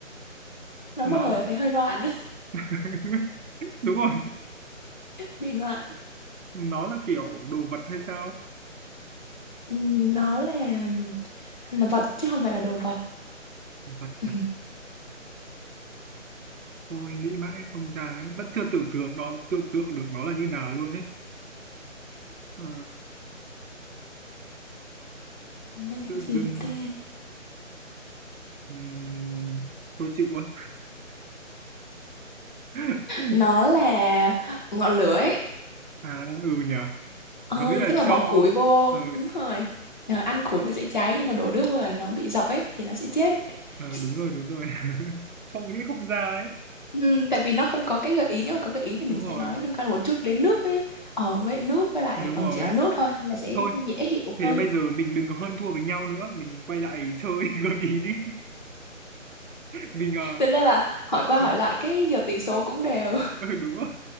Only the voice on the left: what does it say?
Nó
một hồi là thấy hơi loạn á,
bị loạn.
Ừ, nó là là vật chứ không phải là đồ vật.
Ừ,
nó là
cái
gì ta?
Nó là ngọn lửa ấy.
Ờ,
tức là
bỏ củi vô,
đúng rồi. Ờ, ăn củi nó sẽ cháy nhưng mà đổ nước vô là nó bị dập ấy thì nó sẽ chết.
<laughs>
Ừ, tại vì nó không có cái gợi ý nếu mà có gợi ý thì mình
sẽ
nói liên quan một chút đến nước với ở với nước với lại
ừ
chỉ nói nước thôi là sẽ
dễ hiểu
hơn
thế nên là hỏi qua
hỏi lại cái giờ tỷ số cũng đều